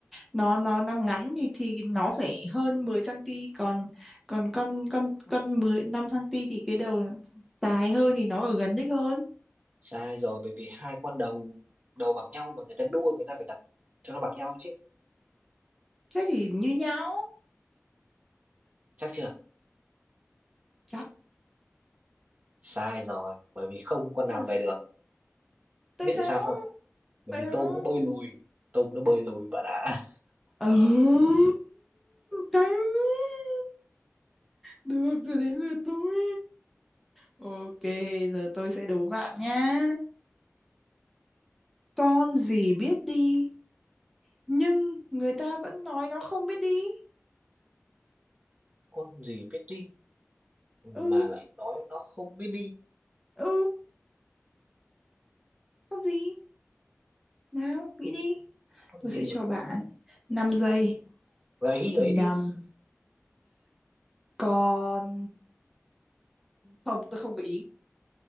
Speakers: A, in the centre; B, on the right.
A: nó nó nó ngắn thì thì nó phải hơn 10 cm còn còn con con con 10 5 cm thì cái đầu dài hơn thì nó ở gần đích hơn
B: sai rồi bởi vì hai con đầu đầu bằng nhau mà người ta đua người ta phải đặt cho nó bằng nhau chứ
A: thế thì như nhau
B: chắc chưa
A: chắc
B: sai rồi bởi vì không con
A: Thế
B: nào
A: nhỉ?
B: về được
A: tại
B: biết
A: sao
B: tại sao không bởi
A: vậy
B: vì
A: đó
B: tôm nó bơi lùi tôm nó bơi lùi bạn ạ
A: Ừ, căng. Được rồi đến lượt tôi. ok giờ tôi sẽ đố bạn nhá con gì biết đi nhưng người ta vẫn nói nó không biết đi
B: <laughs> con gì biết đi mà
A: ừ
B: lại nói nó không biết đi
A: ừ con gì nào nghĩ đi
B: con
A: tôi
B: gì
A: sẽ cho
B: vậy?
A: bạn năm giây
B: gợi ý gợi
A: năm
B: ý đi
A: con không tôi không gợi ý